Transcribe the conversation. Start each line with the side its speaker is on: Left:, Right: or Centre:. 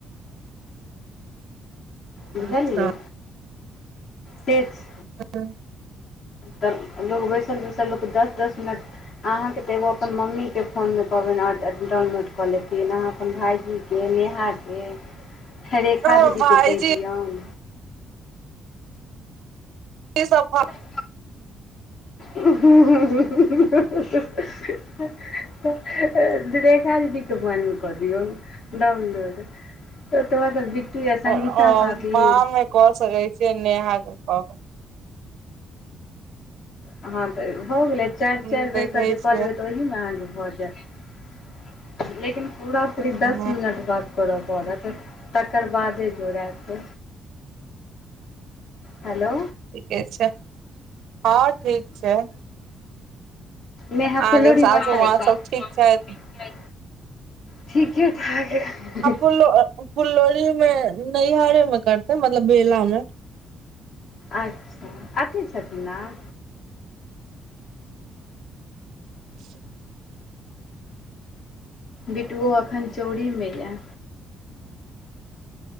Left: बुझलियै
Right: अच्छा
Left: सेच
Right: ह।
Left: तऽ लोक बैसल बैसल लोकके दस दस मिनट अहाँकेँ तऽ एगो अपन मम्मी केँ फोनमे कह बैन डाउनलोड कऽ लेथिन अहाँ अपन भाइजी नेहाके रेखा
Right: हमर
Left: दीदीके
Right: भाईजी
Left: कहि दियौन।
Right: की सभ का।
Left: <unintelligible> <unintelligible> रेखा दीदी के मोबाइलमे कऽ दियऔन डाउनलोड <unintelligible> संगीता
Right: हम
Left: भाभी
Right: माँ मे कऽ सकै छियै नेहाके फोन।
Left: हँ, तऽ भऽ गेलै चारि
Right: हूँ
Left: चारि बेरके
Right: देखै
Left: जे
Right: छियै
Left: कऽ लेबै तऽ ओही ने अहाँकेँ भऽ जायत। लेकिन पुरा पुरी दस
Right: हूँ
Left: मिनट बाद। करऽ पड़त तकर बादे जोड़ैत हेलो।
Right: ठीके छै, हँ, ठीक छै।
Left: नेहा
Right: अहाँके
Left: फूललोड़हीमे
Right: सासू
Left: ऐत
Right: माँ
Left: ऐतई।
Right: सब ठीक छथि
Left: ठीके ठाक ह।
Right: फूल फूललोड़ही मे नैहारेमे करते मतलब बेलामे।
Left: आई अते छथिन आई
Right: <inaudible>
Left: बिटुओ अखन चौरी मे यऽ